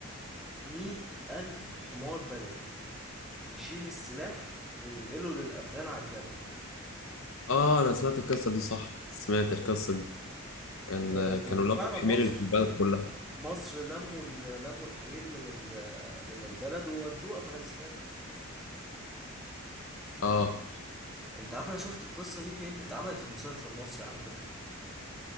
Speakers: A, in the centre; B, on the left.
A: مية ألف حمار بلدي يشيل السلاح وينقله للأفغان على الجبل
B: اه انا سمعت القصة دي صح سمعت القصة دي كان
A: و-
B: كانوا
A: و- وفعلا
B: لقوا الحمير
A: مصر
B: اللي في البلد كلها
A: مصر لموا ال- لموا الحمير من ال- من البلد وودوه أفغانستان
B: اه
A: أنت عارف أنا شفت القصة دي فين؟ اتعملت في مسلسل مصري على فكرة